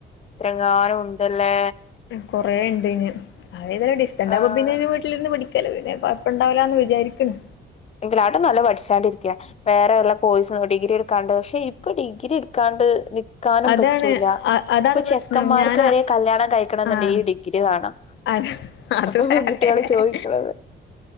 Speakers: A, on the left; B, on the left.
A: ഇത്ര കാലം ഉണ്ടല്ലേ
B: കൊറേ ഉണ്ടീന് <unintelligible> ഡിസ്റ്റന്റ്
A: ആഹ്
B: ആകുമ്പോ പിന്നെ ഇനി വീട്ടിലിരുന്ന് പഠിക്ക ല് പിന്നെ കൊഴപ്പം ഇണ്ടാവില്ലാന്ന് വിചാരിക്കണ്
A: <unintelligible> നല്ല പഠിച്ചാണ്ടിരിക്കുവാ വേറെ വല്ലാ കോഴ്സ് ഡിഗ്രി എടുക്കാണ്ട് പക്ഷെ ഇപ്പൊ ഡിഗ്രി എടുക്കാണ്ട് നി ക്കാനും
B: അതാണ്
A: പറ്റൂല
B: അ അതാണ്
A: ഇപ്പൊ
B: പ്രശ്നം
A: ചെക്കന്മാർക്ക്
B: ഞാൻ
A: വരെ കല്യാണം കഴിക്കണം എന്നുണ്ടെങ്കിൽ
B: ആഹ്
A: ഈ ഡിഗ്രി വേണം
B: അത് അത്
A: അപ്പൊ പെൺകുട്ടികള്
B: വേറെ
A: ചോദിക്കണത്